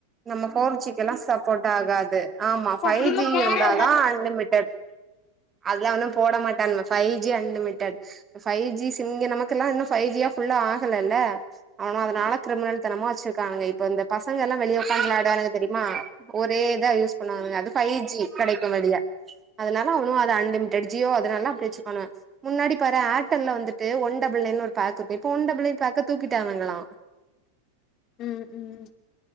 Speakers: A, on the right; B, on the left.
A: நம்ம ஃபோர் ஜிக்குல்லா சப்போர்ட் ஆகாது ஆமா
B: அப்ப
A: ஃபைவ்
B: அப்டில்லா
A: ஜி
B: போடவே
A: இருந்தா தா அன்லிமிடெட் அதுலா வந்து போட மாட்டா நம்ம five G unlimited five G sim இங்க நமக்கெல்லா இன்னு ஃபைவ் ஜியா புல்லா ஆகலல்ல அகாதனால கிரிமினல் தனமா வச்சிருக்காங்க இப்ப இந்த பசங்க எல்லா வெளிய உக்காந்து வெளாடுணுவாங்க தெரியுமா ஒரே இதா யூஸ் பண்ணுவாங்க அது ஃபை ஜி கெடைக்கு வெளிய அதனால அவனு அது அன்லிமிடெட் ஜியோ அதனால அப்டி வச்ருக்காங்க முன்னாடி பாறே ஏர்டல்ல வந்துட்டு ஒன் டபுள் நைனு ஒரு பேக் இருக்கு இப்ப ஒன் டபுள் நைன் பேக்க தூக்கிட்டாங்களா
B: ம் ம்